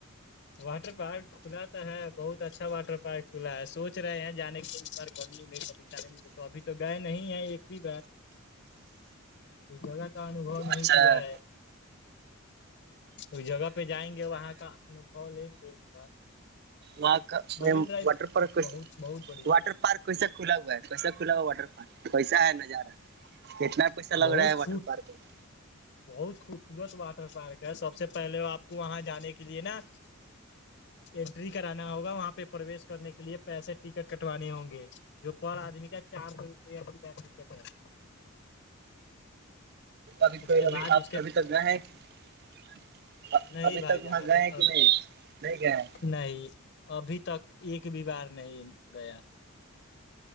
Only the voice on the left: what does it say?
واٹر پارک کھلا تو ہے بہت اچھا واٹر پارک کھلا ہے سوچ رہے ہیں جانے کے بار گرمی میں کبھیم ابھی تو گئے نہیں ہیں ایک بھی بار اس جگہ کا انوبھو
نہیں لیا ہے اس جگہ پہ جائیں گے وہاں کا انوبھو لیں گے ایک بار
مرین ڈرائیو
بہت بہت بڑھیا
ہے
بہت
خوب
بہت خوبصورت واٹر پارک ہے سب سے پہلے وہ آ <unintelligible> کو وہاں جانے کے لیے نا انینٹری کرانا ہوگا وہاں پہ پرویش کرنے کے لیے پیسے ٹکٹ کٹوانے ہوں گے جو پر آدمی کا چار سو روپیہ کی ٹکٹ ہے
اس
کے بعد
اس کے
نہیں
بھائی
جان
ابھی
نہیں ابھی تک ایک بی بار نہیں گیا